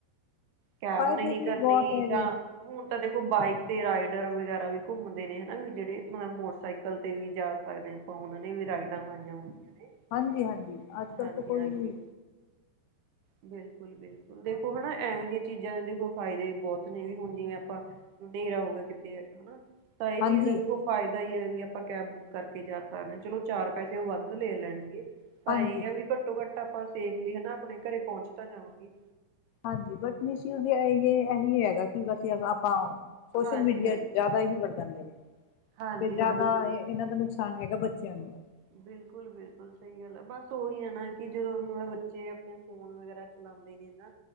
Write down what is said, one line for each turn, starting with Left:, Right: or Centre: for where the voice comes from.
Right: ਕੈਬ
Left: ਫ਼ਾਇਦੇ
Right: ਨਹੀਂ
Left: ਵੀ
Right: ਕਰਨੀ
Left: ਬਹੁਤ ਹੈਗੇ।
Right: ਤਾਂ ਹੁਣ ਤਾਂ ਦੇਖੋ ਬਾਈਕ ਤੇ ਰਾਈਡਰ ਵਗੈਰਾ ਵੀ ਘੁੰਮਦੇ ਨੇ ਹਨਾ? ਵੀ ਜਿਹੜੇ ਮਤਲਬ ਮੋਟਰਸਾਈ ਕਲ ਤੇ ਵੀ ਜਾ ਸਕਦੇ ਹ ਆਪਾਂ, ਉਹਨਾਂ ਨੇ ਵੀ ਰਾਈਡਾਂ ਪਾਈਆਂ ਹੁੰਦੀਆਂ ਨੇ।
Left: ਹਾਂਜੀ ਹਾਂਜੀ, ਅੱਜ ਕੱਲ੍ਹ
Right: ਹਾਂਜੀ
Left: ਤੋਂ ਕੋਈ
Right: ਹਾਂਜੀ ਬਿਲਕੁਲ ਬਿਲਕੁਲ ਦੇਖੋ ਹਨਾ, ਐਵੇਂ ਦੀਆਂ ਚੀਜ਼ਾਂ ਦੇ ਦੇਖੋ ਫਾਇਦੇ ਬਹੁਤ ਨੇ ਵੀ ਹੁਣ, ਜਿਵੇਂ ਆਪਾਂ- ਹਨੇਰਾ ਹੋਊਗਾ ਕਿਤੇ ਹਨਾ ਤਾਂ ਇਹ
Left: ਹਾਂਜੀ,
Right: ਚੀਜ਼ ਹੈ ਦੇਖੋ ਫਾਇਦਾ ਹੀ ਹੈ ਵੀ ਆਪਾਂ ਕੈਬ ਬੁੱਕ ਕਰਕੇ ਜਾ ਸਕਦੇ ਹਾਂ, ਚਲੋ ਚਾਰ ਪੈਸੇ ਉਹ ਵੱਧ ਲੈ ਲੈਣਗੇ ਪਰ
Left: ਹਾਂਜੀ,
Right: ਇਹ ਆ ਵੀ ਘੱਟੋ ਘੱਟ ਆਪਾਂ ਸੇਫਲੀ ਹਨਾ ਆਪਣੇ ਘਰੇ ਪਹੁੰਚ ਤਾਂ ਜਾਵਾਂਗੇ।
Left: ਹਾਂਜੀ, ਬਟ ਮਿਸ ਯੂਸ ਇਹੀ ਹੈਗਾ ਕਿ ਬਸ ਆਪਾਂ ਸੋਸ਼ਲ
Right: ਹਾਂਜੀ
Left: ਮੀਡੀਆ
Right: ਹਾਂਜੀ
Left: ਚ ਜ਼ਿਆਦਾ ਹੀ ਵੜ੍ਹ ਜਾਂਦੇ ਨੇ
Right: ਹਾਂਜੀ
Left: ਤੇ ਜ਼ਿਆਦਾ
Right: ਹਾਂਜੀ
Left: ਇਹ ਇਹਨਾਂ ਦਾ ਨੁਕਸਾਨ ਹੈਗਾ ਬੱਚਿਆਂ ਨੂੰ <inaudible>
Right: ਬਿਲਕੁਲ-ਬਿਲਕੁਲ, ਸਹੀ ਗੱਲ ਆ ਬਸ ਉਹੀ ਹੈ ਨਾ ਕਿ ਜਦੋਂ ਮਤਲਬ ਬੱਚੇ ਆਪਣੇ ਫੋਨ ਵਗੈਰਾ ਚਲਾਉਂਦੇ ਨੇ ਨਾ